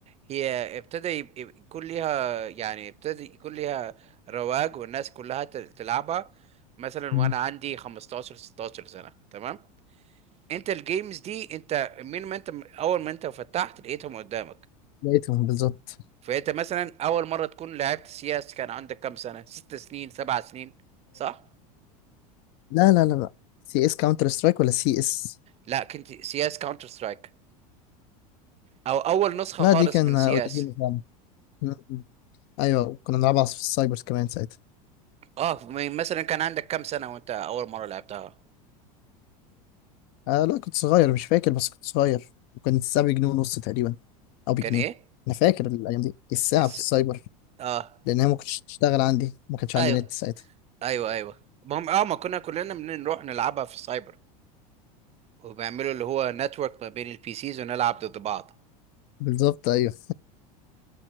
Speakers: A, on the right; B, on the left.
A: هي ابتدى يب- يب- يكون ليها يعني ابتدى يكون ليها رواج والناس كلها تل- تلعبها مثلا
B: مم.
A: وانا عندي 15 16 سنة تمام انت الجيمز دي انت من ما انت اول ما انت فتحت لقيتهم قدامك
B: لقيتهم بالظبط
A: فانت مثلا اول مرة تكون لعبت سياس كان عندك كام سنة ست سنين سبع سنين صح
B: لا لا لا لا سي اس كاونتر سترايك ولا سي اس
A: لا كنت سياس كاونتر سترايك او اول نسخة
B: لا
A: خالص
B: دي كان
A: من سياس
B: آه، قديمة فعلا م- م. ايوه كنا بنلعبها في السايبرز كمان ساعتها
A: اه م- مثلا كان عندك كام سنة وانت اول مرة لعبتها
B: آه لا كنت صغير مش فاكر بس كنت صغير وكانت الساعة بجنيه ونص تقريبا او بجنيه
A: كان ايه
B: انا فاكر الايام دي الساعة
A: الس...
B: في السايبر
A: اه
B: لان هي ما كنتش تشتغل عندي ما كانش عندي
A: ايوه
B: نت ساعتها
A: ايوه ايوه ما هم اه ما كنا كلنا بنروح نلعبها في السايبر وبيعملوا اللي هو نتورك ما بين البي سيز ونلعب ضد بعض
B: بالظبط ايوه